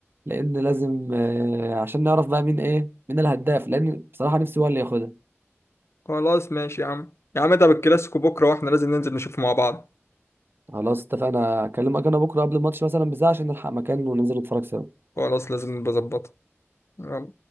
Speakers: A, on the right; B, on the left.
A: لان لازم آه، عشان نعرف بقى مين ايه مين الهداف لان بصراحه نفسي هو اللي ياخدها
B: خلاص ماشي يا عم يا عم ده بالكلاسيكو بكره واحنا لازم ننزل نشوف مع بعض
A: خلاص اتفقنا اكلمك انا بكره قبل الماتش مثلا بساعه عشان نلحق مكان وننزل نتفرج سوا
B: خلاص لازم نبقى نظبطها يلا